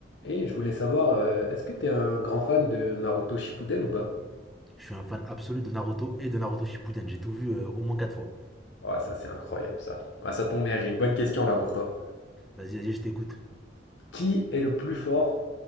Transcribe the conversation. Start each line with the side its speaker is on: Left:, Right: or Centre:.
Left: Et je voulais savoir, euh, est-ce que t'es un grand fan de Naruto Shippuden ou pas?
Centre: Je suis un fan absolu de Naruto et de Naruto Shippuden. J'ai tout vu euh, au moins 4 fois.
Left: Ouais, ça c'est incroyable ça. Ah, ça tombe bien, j'ai une bonne question là pour toi.
Centre: Vas-y, vas-y, je t'écoute.
Left: Qui est le plus fort